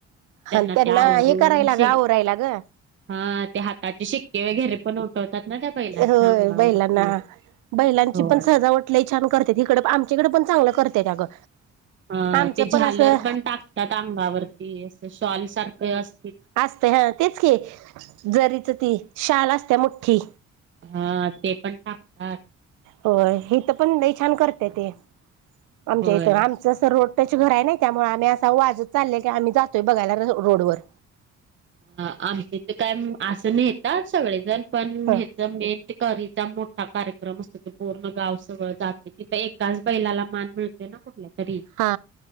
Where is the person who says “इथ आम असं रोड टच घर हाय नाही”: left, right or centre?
Right